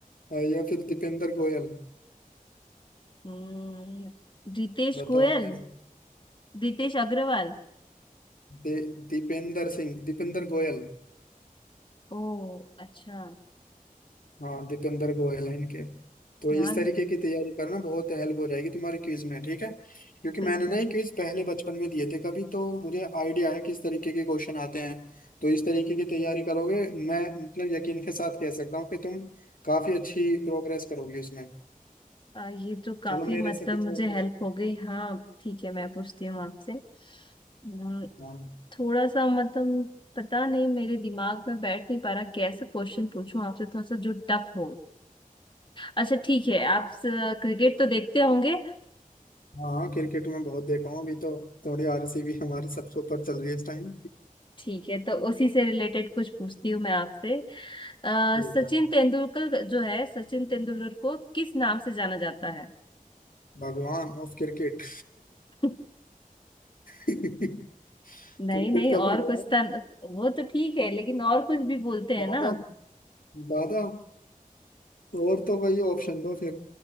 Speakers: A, on the left; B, on the left.
A: अ, या फिर दीपेंद्र गोयल
B: हम्म, रितेश
A: बताओ
B: गोयल
A: इनमें से
B: रितेश अग्रवाल
A: दे- दीपेंद्र सिंह दीपेंद्र गोयल
B: ओ अच्छा
A: हाँ दीपेंद्र गोयल है इनके तो
B: यार
A: इस तरीके की तैयारी करना बहुत हेल्प हो जाएगी तुम्हारे क्विज में ठीक है क्योंकि
B: बिल्कुल
A: मैंने ना ये क्विज पहले बचपन में दिए थे कभी तो मुझे आइडिया है किस तरीके के क्वेश्चन आते हैं तो इस तरीके की तैयारी करोगे मैं मतलब यकीन के साथ कह सकता हूँ कि तुम काफी अच्छी प्रोग्रेस करोगे उसमें
B: आ, ये तो काफी
A: चलो मेरे
B: मतलब
A: से कुछ
B: मुझे
A: और
B: हेल्प
A: question-
B: हो गई हाँ ठीक है मैं पूछती हूँ आपसे हम्म,
A: हाँ
B: थोड़ा सा मतलब पता नहीं मेरे दिमाग में बैठ नहीं पा रहा कैसे क्वेश्चन पूछूं आपसे थोड़ा सा जो टफ हो अच्छा ठीक है आप क्रिकेट तो देखते होंगे
A: हाँ क्रिकेट में बहुत देखा हूँ अभी तो थोड़ी आरसीबी हमारी सबसे ऊपर चल रही है इस टाइम
B: ठीक है तो उसी से रिलेटेड कुछ पूछती हूँ मैं आपसे अ,
A: <laughs>
B: सचिन तेंदुलकर जो है सचिन तेंदुलकर को किस नाम से जाना जाता है
A: भगवान ऑफ क्रिकेट
B: <laughs>
A: <laughs>
B: नहीं
A: क्रिकेट
B: नहीं
A: का
B: और
A: भगवान
B: कुछ था वो तो ठीक है लेकिन और कुछ भी बोलते हैं
A: दादा
B: ना
A: दादा और तो भाई ऑप्शन दो फिर